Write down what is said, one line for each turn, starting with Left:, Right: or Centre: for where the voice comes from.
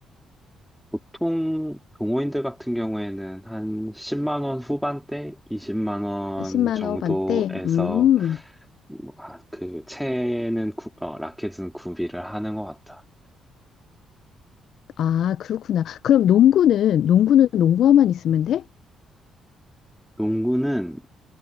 Centre: 보통 동호인들 같은 경우에는 한 10만 원 후반대, 20만 원
Left: 10만
Centre: 정도에서
Left: 원반대? 음.
Centre: 뭐, 아, 그 채는 구- 어, 라켓은 구비를 하는 것 같아.
Left: 아, 그렇구나. 그럼 농구는 농구는 농구화만 있으면 돼?
Centre: 농구는